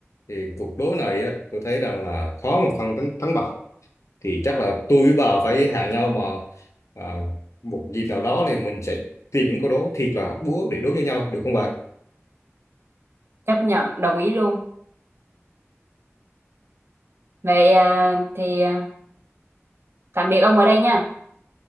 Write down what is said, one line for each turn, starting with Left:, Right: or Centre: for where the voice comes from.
Left: thì cuộc đố này á tôi thấy rằng là khó mà phân thắng, thắng bại thì chắc là tôi với bà phải hẹn nhau mà à, một dịp nào đó thì mình sẽ tìm những câu đố thiệt là hóc búa để đố cho nhau được không bà?
Right: chấp nhận đồng ý luôn vậy à, thì à, tạm biệt ông ở đây nha